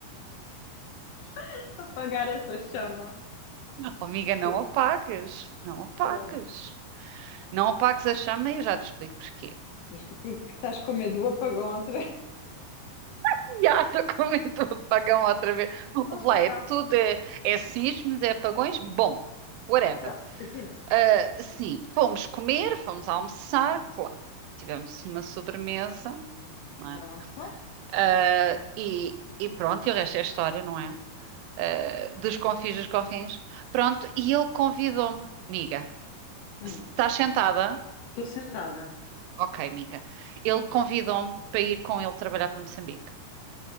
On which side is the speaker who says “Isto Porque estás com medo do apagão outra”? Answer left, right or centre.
Left